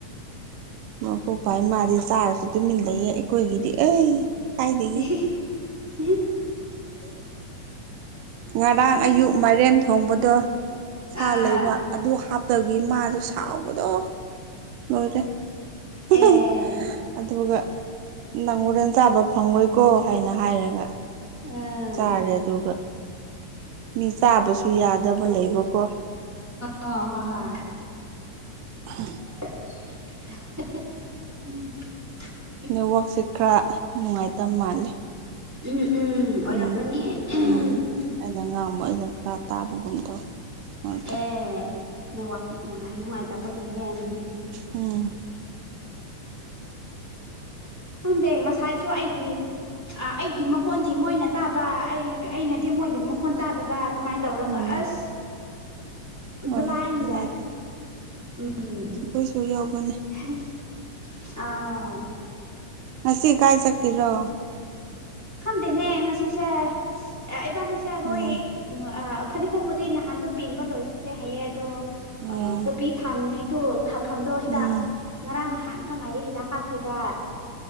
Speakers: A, on the right; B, in the centre.
A: ꯃꯄꯨꯛ ꯐꯩ ꯃꯥꯗꯤ ꯆꯥꯔꯁꯨ ꯇꯨꯃꯤꯟ ꯂꯩꯑꯦ ꯑꯩꯈꯣꯏꯒꯤꯗꯤ ꯑꯩ ꯀꯥꯏꯗꯒꯤ
B: <unintelligible>
A: <inaudible> ꯉꯔꯥꯡ
B: ꯑꯁ
A: ꯑꯌꯨꯛ ꯃꯥꯏꯔꯦꯟ ꯊꯣꯡꯕꯗꯣ ꯁꯥ
B: ꯑꯥ
A: ꯂꯩꯕ ꯑꯗꯨ ꯍꯥꯞꯇꯕꯒꯤ ꯃꯥꯗꯣ ꯁꯥꯎꯕꯗꯣ ꯂꯣꯏꯔꯦ
B: ꯑꯦ
A: <unintelligible> ꯑꯗꯨꯒ ꯅꯪ ꯍꯣꯔꯦꯜ ꯆꯥꯕ ꯐꯪꯂꯣꯏꯀꯣ ꯍꯥꯏꯅ ꯍꯥꯏꯔꯒ
B: ꯑꯥ
A: ꯆꯥꯔꯦ ꯑꯗꯨꯒ ꯃꯤ ꯆꯥꯕꯁꯨ ꯌꯥꯗꯕ ꯂꯩꯕꯀꯣ
B: <unintelligible> <unintelligible> ꯍꯣ ꯍꯣꯏ
A: <inaudible>
B: <unintelligible> ꯎꯝ
A: ꯅꯦꯠꯋꯥꯔꯛꯁꯦ ꯈꯔ ꯅꯨꯡꯉꯥꯏꯇꯕ ꯃꯥꯜꯂꯦ
B: ꯎꯝ ꯎꯝ ꯑꯣꯏꯔꯝꯒꯅꯤ
A: ꯎꯝ
B: <unintelligible>
A: ꯎꯝ ꯑꯩꯅ ꯉꯥꯡꯕ ꯑꯩꯅ ꯈꯔ ꯇꯥꯕꯒꯨꯝꯗꯧꯏ ꯃꯔꯛꯇ
B: ꯑꯦ ꯅꯦꯠꯋꯥꯛ ꯅꯨꯡꯉꯥꯏꯇꯕꯒꯅꯤ
A: ꯎꯝ
B: ꯈꯪꯗꯦ ꯉꯁꯥꯏꯁꯨ ꯑꯩꯒꯤ ꯑꯩꯒꯤ ꯃꯈꯣꯟꯗꯤ ꯃꯣꯏꯅ ꯇꯥꯕ ꯑꯩ ꯑꯩꯅꯗꯤ ꯃꯣꯏꯒꯤ ꯃꯈꯣꯟ ꯇꯥꯗꯕ ꯑꯗꯨꯃꯥꯏꯅ ꯇꯧꯔꯒ
A: ꯎꯝ
B: ꯑꯁ
A: ꯍꯣꯏ
B: ꯕ꯭ꯂꯥꯏꯟꯗ
A: ꯅꯨꯡꯉꯥꯏꯇꯦ
B: ꯎꯝ
A: ꯑꯩꯈꯣꯏꯁꯨ ꯌꯥꯎꯕꯅ‌ꯦ
B: <unintelligible> ꯑꯥꯎ
A: ꯉꯁꯤ ꯀꯥꯏ ꯆꯠꯀꯤꯔꯣ
B: ꯈꯟꯗꯦꯅꯦ ꯉꯁꯤꯁꯦ ꯏꯕꯥꯅꯤꯁꯦ ꯔꯣꯏ
A: ꯎꯝ
B: ꯐꯗꯤꯒꯣꯝꯕꯨꯗꯤ ꯅꯍꯥꯟꯗꯣ ꯄꯦꯡꯕ ꯂꯣꯏꯈ꯭ꯔꯦ ꯍꯥꯏꯌꯦ ꯑꯗꯣ
A: ꯑꯦ
B: ꯑꯥ ꯀꯣꯕꯤ ꯊꯥꯅꯤꯡꯉꯩꯗꯣ ꯊꯥꯐꯝꯗꯣ ꯍꯤꯗꯥꯛ
A: ꯎꯝ
B: ꯉꯔꯥꯡ ꯅꯍꯥꯟꯅ ꯈꯪ ꯉꯥꯏꯔꯤ ꯍꯤꯗꯥꯛ ꯀꯥꯞꯈꯤꯕ